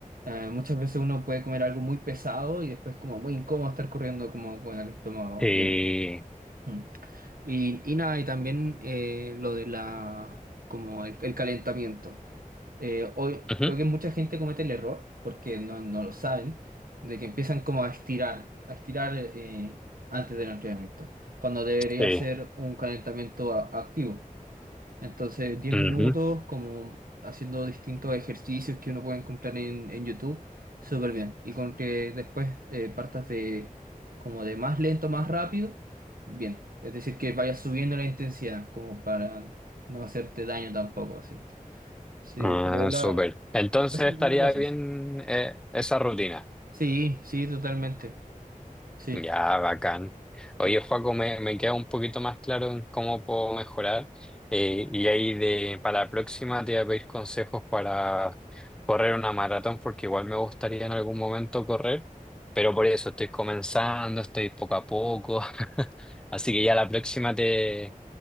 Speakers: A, on the right; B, in the centre.
A: Eh, muchas veces uno puede comer algo muy pesado y después como muy incómodo estar corriendo como con el estómago
B: Eh,
A: lleno. Mm. Y, y nada, y también eh, lo de la, como el, el calentamiento. Eh, hoy
B: Ujú.
A: creo que mucha gente comete el error, porque no, no lo saben, de que empiezan como a estirar, a estirar eh, antes del entrenamiento, cuando debería
B: sí.
A: ser un calentamiento a- activo. Entonces, diez
B: ujú.
A: minutos como haciendo distintos ejercicios que uno puede encontrar en, en YouTube, súper bien. Y con que después eh, partas de como de más lento, más rápido, bien. Es decir, que vayas subiendo la intensidad, como para no hacerte daño tampoco, así. Sí,
B: Ah,
A: pero la,
B: súper.
A: lo
B: Entonces
A: haces
B: estaría
A: bien lo que haces.
B: bien eh, esa rutina.
A: Sí, sí, totalmente. Sí,
B: Ya, bacán. Oye,
A: sí.
B: Joaco, me, me queda un poquito más claro en cómo puedo mejorar. Eh, y ahí de, para la próxima te voy a pedir consejos para correr una maratón, porque igual me gustaría en algún momento correr, pero por eso estoy comenzando, estoy poco a poco. <laughs> Así que ya la próxima te,